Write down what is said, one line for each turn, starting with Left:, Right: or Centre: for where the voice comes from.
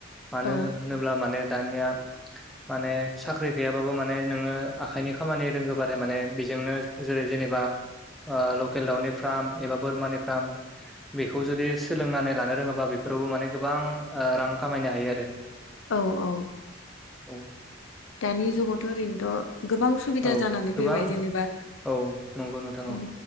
Centre: मानो
Left: औ
Centre: होनोब्ला माने दानिया माने साख्रि गैयाबाबो माने नोङो आखाइनि खामानि रोंगोबाथाय माने बेजोंनो जेरै जेनेबा ओ लकेल दाउनि फार्म एबा बोरमानि फार्म बेखौ जुदि सोलोंनानै लानो रोङाबा बेफोरावबो माने गोबां ओ रां खामायनो हायो आरो।
Left: औ औ
Centre: औ
Left: दानि जुगावथ' ओरैनोथ' गोबां सु बिदा
Centre: औ
Left: जानानै
Centre: गोबां
Left: फैबाय जेनेबा
Centre: औ नंगौ नोंथां
Left: अम